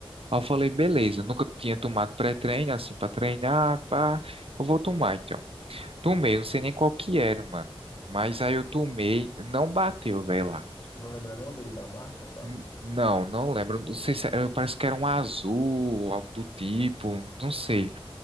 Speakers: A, on the right; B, on the left.
A: Aí eu falei, beleza, nunca tinha tomado pré-treino, assim, pra treinar, pá, eu vou tomar então. Tomei, eu não sei nem qual que era, mano. Mas aí eu tomei, não bateu, velho, lá.
B: Tu não lembra não do- da marca e tal?
A: N- Não, não lembro. Não sei se era, parece que era um azul, algo do tipo, não sei.